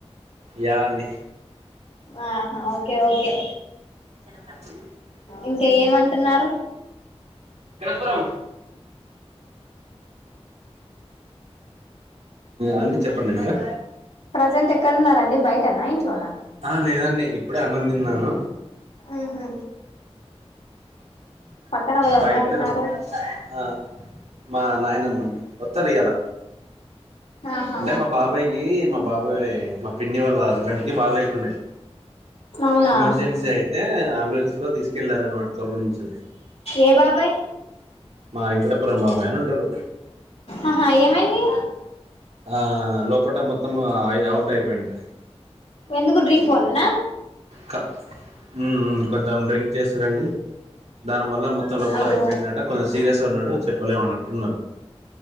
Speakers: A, on the right (about 80°); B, on the left (about 70°).
A: యా అండి
B: ఆహా ఓకే ఓకే
A: <unintelligible>
B: ఇంకే ఏమంటున్నారు
A: ఎక్కడపురం అండి చెప్పండి ఇంకా
B: ప్రజెంట్ ఎక్కడున్నారండి బైటన ఇంట్లోనా
A: ఆ లేదండి ఇప్పుడే అన్నం తిన్నాను.
B: ఉహు పక్కన ఎవరో
A: బయటన
B: ఉన్నట్టున్నారు
A: ఉ మా నాయనమ్మ అండి. ఒత్తారియాలా
B: ఆహా
A: అంటే మా బాబాయికి మా బాబాయ్ మా పిన్ని వాళ్ళ హస్బెండ్ కి బా లేకుండే
B: అవునా
A: ఎమర్జెన్సీ అయితే అంబులెన్స్ లో తీసుకెళ్లారనమాట త్వర నుంచి
B: ఏ బాబాయ్
A: మా ఏంకటాపురం బాబాయ్ అని ఉంటరు
B: ఆహా ఏమైంది
A: ఆ లోపల మొత్తం అవుట్ అయిపోయిండు
B: ఎందుకు డ్రింక్ వలన
A: క హ్మ్ మ్ కొంచెం డ్రింక్ చేస్తారండీ దాని వల్ల మొత్తం లోపల
B: అయ్యో
A: అయిపోయిందట కొంచెం సీరియస్ గా ఉన్నడు. చెప్పలేము అన్నట్లున్నారు